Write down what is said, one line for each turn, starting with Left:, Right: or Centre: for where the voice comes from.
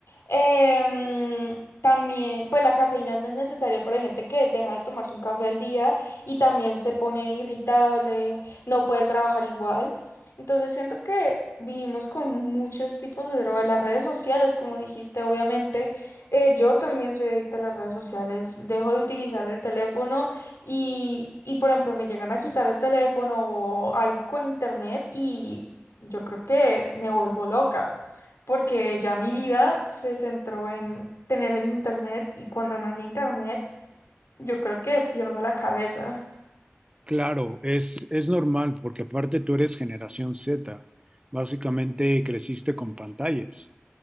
Left: Em, también, pues la cafeína no es necesaria para gente que deja de tomarse un café al día y también se pone irritable, no puede trabajar igual. Entonces siento que vivimos con muchos tipos de drogas, las redes sociales, como dijiste, obviamente. eh, yo también soy adicta a las redes sociales, dejo de utilizar el teléfono y, y, por ejemplo, me llegan a quitar el teléfono o algo con internet y y yo creo que me vuelvo loca porque ya mi vida se centró en tener el internet y cuando no hay internet, yo creo que pierdo la cabeza.
Right: Claro, es, es normal porque aparte tú eres generación Z, básicamente creciste con pantallas.